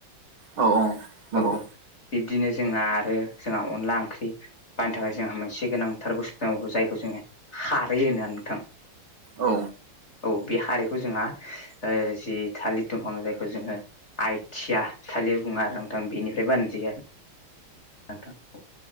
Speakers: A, on the right (about 70°); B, on the left (about 30°).
A: औ औ। नंगौ
B: औ औ बिब्दिनो जोंना आरो जोंहा अनला ओंख्रि बायनो थाखाय जोंहा मोनसे गोनांथार बुस्थु नांगौ जायखौ जोङो खारै होनोना नोंथां
A: औ।
B: औ बे खारिखौ जोंहा जि थालिर दंफां जायखौ जोङो। आइथिया थालिर बुङो आरो नोंथां बेनिफ्राय बानायनाय जायो आरो। थां औ